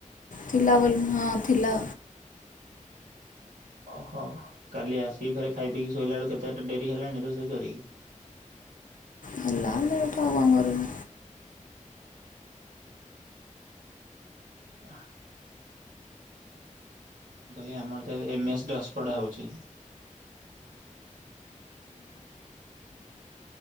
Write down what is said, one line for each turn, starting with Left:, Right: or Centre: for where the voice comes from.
Left: ଥିଲା ବୋଲି ହଁ ଥିଲା।
Right: ଓହୋ କାଲି ଆସିିକି ଫେରେ ଖାଇ ପିଇକି ଶୋଇଲା ବେଳକୁ କେତେଟା ଡେରି ହେଲାଣି ରୋଷେଇ ସରିକି। <inaudible>
Left: ହେଲା ଲେଟ୍ ଆଉ କଣ କରିବୁ
Right: ଆଃ। ମୁ କହିଲି ଆମର ତ ଏବେ ଏମଏସ୍ ଦଶପଡା ହଉଛି।